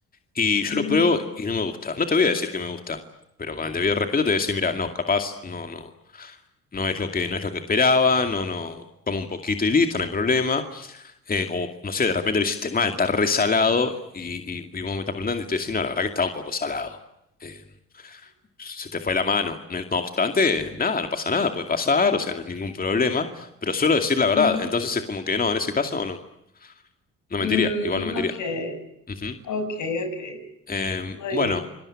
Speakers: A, on the left; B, on the left.
A: y yo
B: ujú,
A: lo pruebo y no me gusta. No te voy a decir que me gusta, pero con el debido respeto te voy a decir, mira, no, capaz, no, no, no es lo que, no es lo que esperaba, no, no, como un poquito y listo, no hay problema eh, o no sé, de repente lo hiciste mal, está resalado y, y, y vos me estás preguntando y te decís, no, la verdad que estaba un poco salado. Eh, se te fue la mano. No, no obstante, nada, no pasa nada, puede pasar, o sea, no es ningún problema, pero suelo decir la verdad.
B: ujú.
A: Entonces es como que no, en ese caso no, no mentiría,
B: Mm,
A: igual no mentiría.
B: ok,
A: Ujú.
B: ok, ok,
A: Eh,
B: muy
A: bueno,
B: bien.